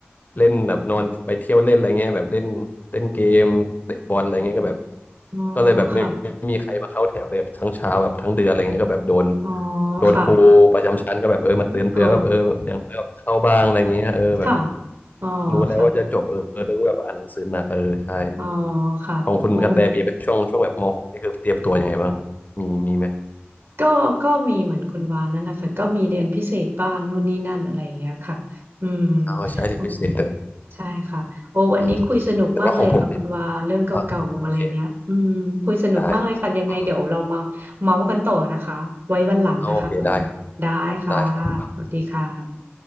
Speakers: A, on the left; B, on the right.
A: เล่นแบบนอนไปเที่ยวเล่นอะไรเงี้ยแบบเล่นเล่นเกมเตะบอลอะไรเงี้ยก็แบบ
B: อ๋อ
A: ก็เลยแบบไม่ไม่มีใครมาเข้าแถวเลยแบบทั้งเช้าแบบทั้งเดือนอะไรเงี้ยก็แบบโดน
B: ค่ะอ๋อ
A: โดนครูประจำชั้นก็แบบเออมาเตือนเตือนแบบเออแบบอย่างน้อยก็เข้าบ้างอะไรเงี้ยเออแบบ
B: ค่ะอ๋อค่ะอ๋อค่ะ
A: รู้แล้วว่าจะจบเออรู้แบบอ่านหนังสือหนักเออใช่
B: อ๋อค่ะโอ้
A: ของคุณกระแตมีแบบช่วงช่วงแบบม .6 นี่คือเตรียมตัวยังไงบ้างครับมีมีไหม
B: ก็ก็มีเหมือนคุณวานั่นแหละค่ะก็มีเรียนพิเศษบ้างนู่นนี่นั่นอะไรอย่างเงี้ยค่ะอืม
A: อ๋อใช้เรียนพิเศษเถอ
B: อืมใช่ค่ะโอ้วันนี้คุยสนุกมากเลยค่ะคุณวาเรื่องเก่าๆอะไรเนี้ยอืมคุยสนุกมากเลยค่ะยังไงเดี๋ยวเรามาเมาส์กันต่อนะคะไว้วันหลังนะคะคุณวาได้ค่ะ
A: อืมแต่ว่าของผมอ่ะโอเคได้ครับอืมโอเคได้ครับได้ครับ
B: สวัสดีค่ะ